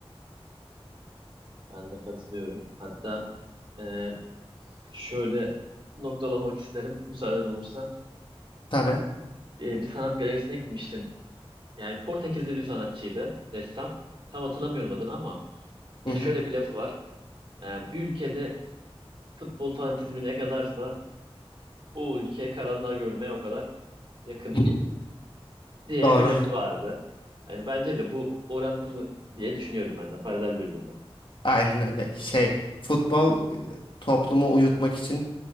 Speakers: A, on the right; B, on the left.
A: Ben de katılıyorum. Hatta e, şöyle noktalamak isterim müsaaden olursa.
B: Tabii.
A: e, bir sanat galerisine gitmiştim. Yani Portekizli bir sanatçıydı, ressam. Tam hatırlamıyorum adını ama e,
B: Hı hı.
A: şöyle bir lafı var. E, bir ülkede futbol fanatizmi ne kadarsa o ülke karanlığa görülmeye o kadar yakın
B: <laughs>
A: <laughs> diye
B: Doğru.
A: bir lafı vardı. Yani bence de bu orantılı diye düşünüyorum ben de paralel birbirine.
B: Aynen öyle. Şey, futbol e, toplumu uyutmak için